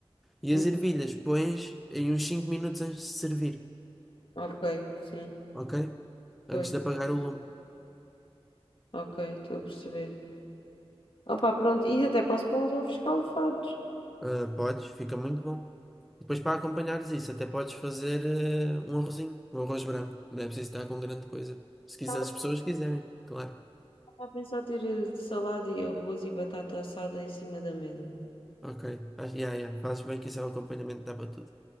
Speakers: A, in the centre; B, on the left.
A: E
B: Hum,
A: as ervilhas pões em uns 5 minutos antes de servir,
B: Ok, sim.
A: ok? Antes
B: Pois,
A: de apagar o lume.
B: ok, estou a perceber. Opa, pronto. E até posso pôr uns ovos escalfados.
A: Ah, podes, fica muito bom. Depois para acompanhares isso, até podes fazer eh, um arrozinho, um arroz branco. Não é preciso estar com grande coisa. Se quiser,
B: Estava
A: as pessoas quiserem, claro.
B: a pensar ter eh, salada e arroz e batata assada em cima da mesa.
A: Ok, ah, yeah, yeah. Fazes bem que isso é o acompanhamento, dá para tudo.